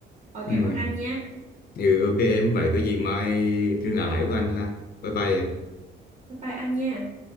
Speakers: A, on the right; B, on the left.
A: rồi
B: ừ,
A: cảm ơn anh nha
B: ừ ok em vậy có gì mai liên lạc lại với anh ha bye bye em
A: bye bye anh nha